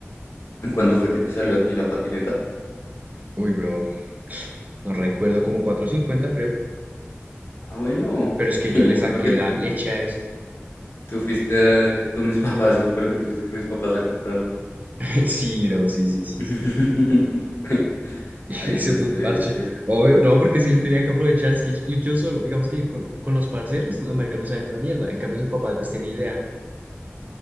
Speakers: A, on the left; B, on the right.
A: en cuánto fue que te salió a ti la patineta?
B: Uy, bro. No recuerdo como cuatrocientos cincuenta creo.
A: Ah, bueno,
B: Pero es que
A: <laughs>
B: yo
A: yo
B: le
A: me
B: saqué
A: acuerdo que tú
B: la leche a eso.
A: Tú fuiste a- con mis <laughs> papás, yo me acuerdo que tú fuiste con mis papás a comprarla.
B: <laughs> Sí, bro, sí, sí, sí,
A: <laughs>
B: sí. <laughs>
A: Ay,
B: Y ese
A: los
B: fue
A: tres,
B: un parche.
A: er-
B: Obvio, no, porque si yo tenía que aprovechar, es que ir yo solo, digamos que ir con, con los parceros, no, marica, no saben una mierda. En cambio, su papá, pues, tiene idea, ¿no?